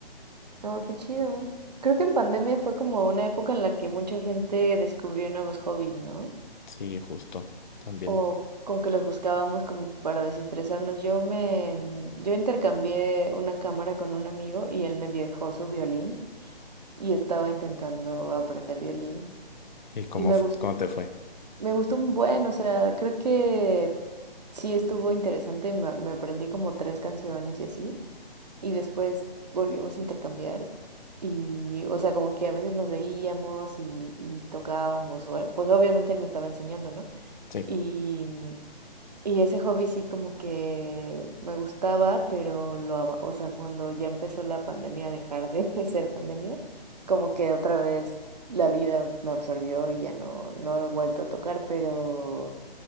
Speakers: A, on the right (about 45°); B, on the left (about 55°).
A: Oh, qué chido. Creo que en pandemia fue como una época en la que mucha gente descubrió nuevos hobbies, ¿no?
B: Sí, justo, también.
A: o como que los buscábamos como para desestresarnos. Yo me, mm, yo intercambié una cámara con un amigo y él me dejó su violín y estaba intentando aprender violín
B: ¿Y cómo,
A: y me
B: f-
A: gus-
B: cómo te fue?
A: me gustó un buen, o sea, creo que sí estuvo interesante, me, me aprendí como tres canciones y así y después volvimos a intercambiar. Y, o sea, como que a veces nos veíamos y, y tocábamos, o- pues obviamente él me estaba enseñando, ¿no?
B: Sí.
A: Y, mm, y ese hobby sí como que me gustaba, pero lo, aba- o sea, cuando ya empezó la pandemia, a dejar de <laughs> ser pandemia, como que otra vez la vida me absorbió y ya no, no he vuelto a tocar, pero